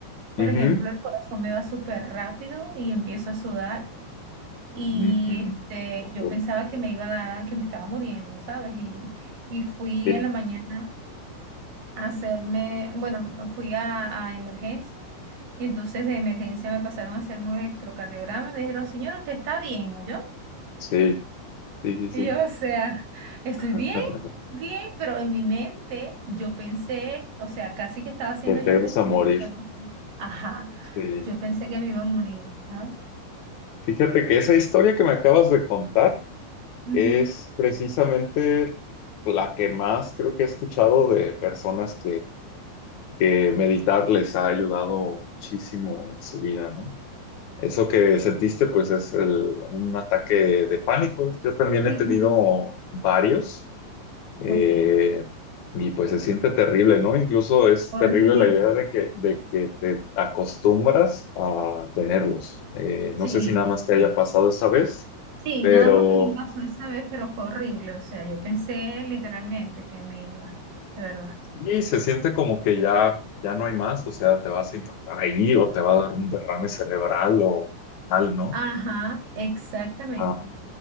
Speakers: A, on the right; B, on the left.
A: Por
B: ujú,
A: ejemplo, el corazón me va súper rápido y empiezo a sudar. Y
B: mm,
A: este,
B: ok,
A: yo pensaba que me iba a dar, que me estaba muriendo, ¿sabes? Y, y fui
B: Sí,
A: en la mañana a hacerme, bueno, fui a, a emergencia. Y entonces de emergencia me pasaron a hacerme un electrocardiograma y me dijeron, señor, usted está bien, ¿oyó?
B: sí, sí, sí, sí.
A: Y yo,
B: <laughs>
A: o sea, estoy
B: Ajá,
A: bien,
B: ajá,
A: bien, pero en mi mente yo pensé, o sea, casi que estaba haciendo
B: Que
A: ya
B: te
A: el
B: vas
A: testamento.
B: a morir.
A: algo así. Ajá,
B: Sí.
A: yo pensé que me iba a morir, ¿sabes?
B: Fíjate que esa historia que me acabas de contar
A: Ujú,
B: es precisamente la que más creo que he escuchado de personas que meditar les ha ayudado muchísimo en su vida, ¿no? Eso que sentiste, pues es el- un ataque de pánico. Yo también
A: ujú.
B: he tenido varios eh,
A: Ok,
B: y pues se siente terrible, ¿no? Incluso es
A: horrible.
B: terrible la idea de que, de que te acostumbras a tenerlos. Eh,
A: Sí,
B: no sé si nada más te
A: sí.
B: haya pasado esta vez,
A: Sí,
B: pero
A: nada más me pasó esa vez, pero fue horrible. O sea, yo pensé literalmente que me iba, de verdad.
B: sí se siente como que ya, ya no hay más, o sea, te vas a infartar ahí o te va a dar un derrame cerebral o mal, ¿no?
A: Ajá, exactamente.
B: Ah,